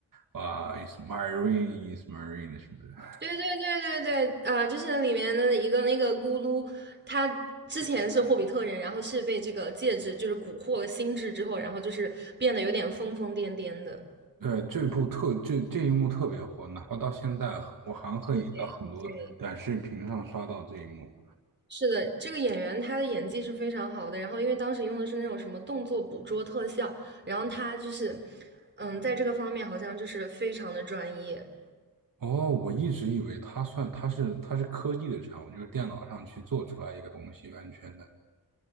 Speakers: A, on the right; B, on the right.
A: 啊，is t my ring is t my ring 什么的。
B: 对对对对对，呃，就是里面的一个那个咕噜，他之前是霍比特人，然后是被这个戒指就是蛊惑了心智之后，然后就是变得有点疯疯癫癫的。
A: 对，这部特这这一幕特别火，哪怕到现在我还可以到很多短视频上刷到这一幕。
B: 对对是的，这个演员他的演技是非常好的。然后，因为当时用的是那种什么动作捕捉特效，然后他就是，嗯，在这个方面好像就是非常的专业。
A: 哦，我一直以为它算它是它是科技的产物，就是电脑上去做出来一个东西，完全的。